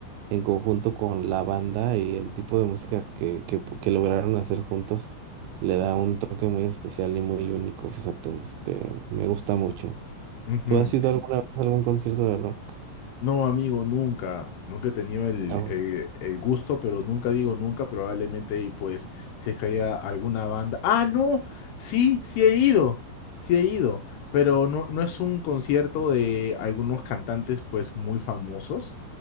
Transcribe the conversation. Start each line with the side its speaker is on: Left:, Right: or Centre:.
Right: en conjunto con la banda y el tipo de música que, que, pu- que lograron hacer juntos, le da un toque muy especial y muy único, fíjate, este, me gusta mucho.
Left: ujú.
Right: ¿Tú has ido alguna vez a algún concierto de rock?
Left: No, amigo, nunca. Nunca he tenido el,
Right: No
Left: el- el gusto, pero nunca digo nunca, probablemente, y pues, si es que haya alguna banda. ¡Ah, no! Sí, sí he ido. Sí he ido. Pero no, no es un concierto de algunos cantantes, pues, muy famosos,